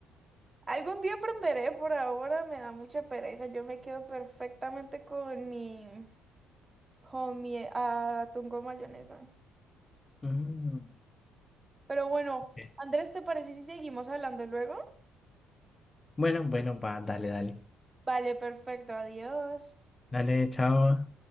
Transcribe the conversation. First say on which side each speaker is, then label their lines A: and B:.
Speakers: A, on the right; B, on the left.
A: <laughs> algún día aprenderé, por ahora me da mucha pereza. Yo me quedo perfectamente con mi, con mi eh, atún con mayonesa.
B: Mm,
A: Pero bueno,
B: ok.
A: Andrés, ¿te parece si seguimos hablando luego?
B: Bueno, bueno, va, dale, dale.
A: Vale, perfecto, adiós.
B: Dale, chao.